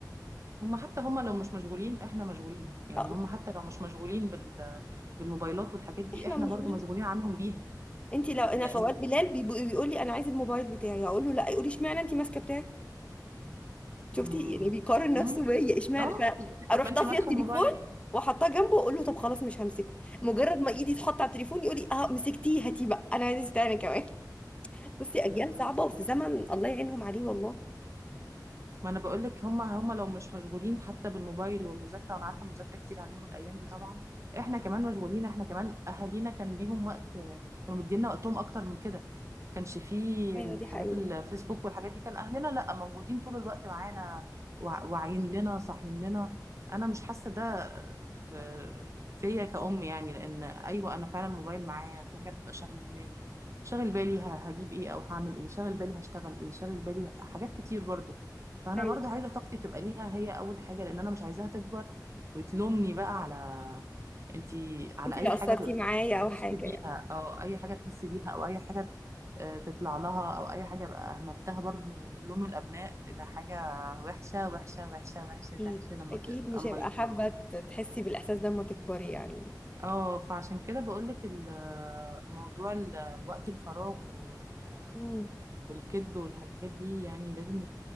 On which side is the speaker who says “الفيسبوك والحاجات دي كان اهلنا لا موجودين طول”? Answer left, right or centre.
Right